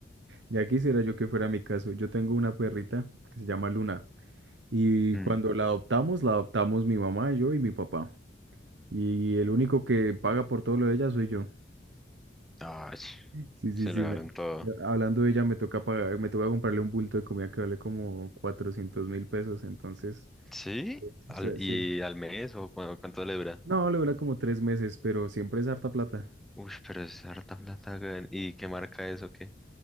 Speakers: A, on the right; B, in the centre.
A: Ya quisiera yo que fuera mi caso. Yo tengo una perrita que se llama Luna y
B: Mm.
A: cuando la adoptamos, la adoptamos mi mamá, yo y mi papá. Y el único que paga por todo lo de ella soy yo.
B: Ay,
A: Sí, sí,
B: se
A: sí.
B: lo dieron
A: me-
B: todo.
A: yo- Hablando de ella, me toca pagar, me toca comprarle un bulto de comida que vale como cuatrocientos mil pesos, entonces,
B: ¿Sí? Al-
A: o sea,
B: ¿y
A: sí.
B: al mes o cu- cuánto le dura?
A: No, le dura como tres meses, pero siempre es harta plata.
B: Uy, pero es harta plata, weón. ¿Y qué marca es o qué?